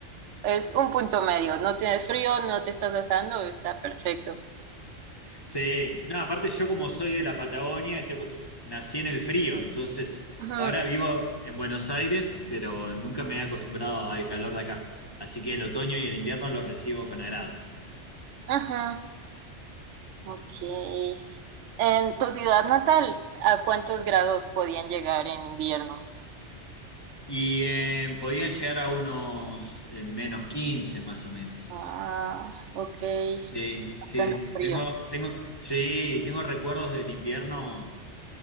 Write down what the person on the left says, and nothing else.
Sí, no, aparte yo como soy de la Patagonia, estoy acostu- nací en el frío, entonces
ahora vivo en Buenos Aires, pero nunca me he acostumbrado al calor de acá, así que el otoño y el invierno los recibo con agrado.
Y eh, podían llegar a unos eh, menos 15, más o menos.
Sí,
sí,
tengo, tengo, sí, tengo recuerdos del invierno